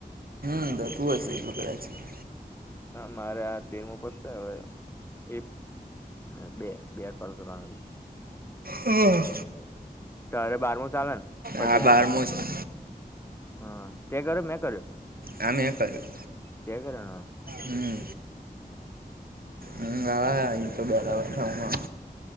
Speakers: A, on the right; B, on the left.
A: હતું હશે એટલું.
B: મારે આ તેરમાં. <unintelligible> અને બે બે કોલ કરવાના હજુ.
A: હા.
B: તારે બારમું ચાલેને પછી.
A: આ બારમો છે
B: હા તે કર્યું મેં કર્યું.
A: આ મેં કર્યું.
B: તે કર્યો ને.
A: હમ્મ. ઊંઘ આવે હે આજ તો બરાબર ઊંઘમાં.